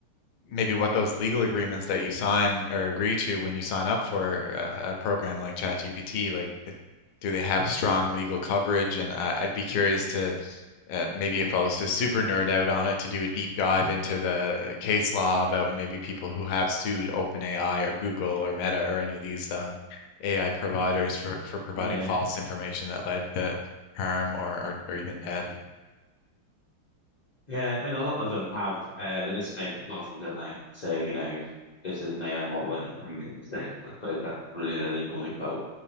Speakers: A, on the left; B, on the left.
A: maybe what those legal agreements that you sign or agree to when you sign up for uh, a program like ChatGPT, like do they have strong legal coverage? And I, I'd be curious to uh, maybe if I was to super nerd out on it, to do a deep dive into the case law about maybe people who have sued OpenAI or Google or Meta or any of these um, AI providers for, for providing
B: Yeah.
A: false information that led to harm or, or, or even death.
B: Yeah, I mean, a lot of them have uh, the disclaimer at the bottom, don't they? Saying, you know, this is an AI model and it can make mistakes. I suppose that's really the legal loophole